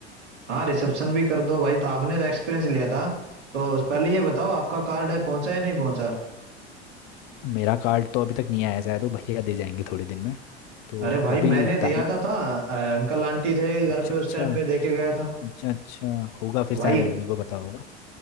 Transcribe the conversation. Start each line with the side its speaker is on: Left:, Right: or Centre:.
Right: हाँ रिसेप्शन भी कर दो भाई तो आपने तो एक्सपीरियंस लिया था तो उस- पहले ये बताओ आपका कार्ड है पहुंचा या नहीं पहुंचा
Left: मेरा कार्ड तो अभी तक नहीं आया है, शायद वो भैया दे जाएंगे थोड़े दिन में तो
Right: अरे भाई
Left: अभी
Right: मैंने दिया
Left: तारीख
Right: था था अ, अंकल आंटी थे घर
Left: अच्छा
Right: पे
Left: अच्छा
Right: उस टाइम पे देके गया था
Left: अच्छा अच्छा होगा फिर
Right: भाई
Left: शायद मम्मी को पता होगा